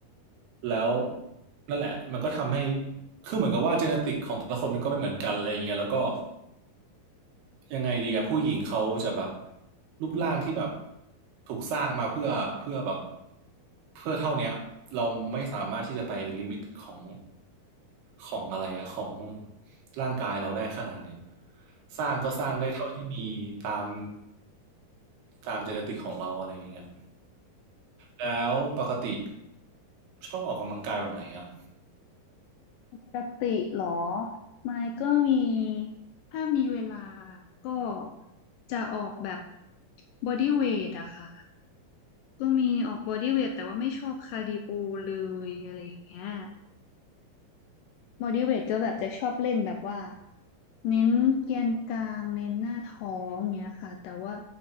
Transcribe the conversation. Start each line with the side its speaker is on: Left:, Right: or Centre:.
Right: แล้วนั่นแหละมันก็ทำให้คือเหมือนกับว่าเจเนติกของแต่ละคนมันก็ไม่เหมือนกันอะไรอย่างเงี้ยแล้วก็ ยังไงดีอะผู้หญิงเขาจะแบบรูปร่างที่แบบถูกสร้างมาเพื่อเพื่อแบบเพื่อเท่าเนี้ยเราไม่สามารถที่จะไปลิมิตของของอะไรอะของร่างกายเราได้ขนาดเนี้ยสร้างก็สร้างได้เท่าที่มีตามตามเจเนติกของเราอะไรอย่างเงี้ยแล้วปกติชอบออกกำลังกายแบบไหนอะ
Left: ปกติเหรอไม่ก็มีถ้ามีเวลาก็จะออกแบบบอดี้เวทอะค่ะก็มีออกบอดี้เวทแต่ว่าไม่ชอบคาร์ดิโอเลยอะไรอย่างเงี้ย motivate ก็แบบจะชอบเล่นแบบว่าเน้นแกนกลางเน้นหน้าท้องเงี้ยค่ะแต่ว่า